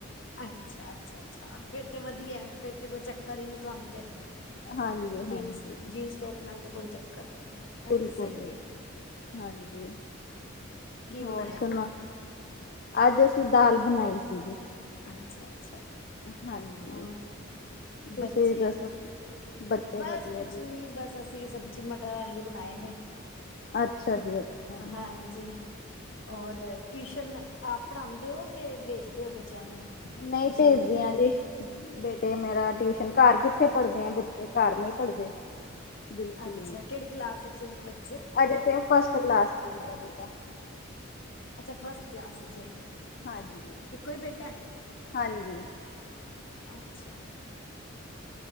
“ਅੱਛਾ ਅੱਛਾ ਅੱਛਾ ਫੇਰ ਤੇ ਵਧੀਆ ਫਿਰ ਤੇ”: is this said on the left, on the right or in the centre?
Left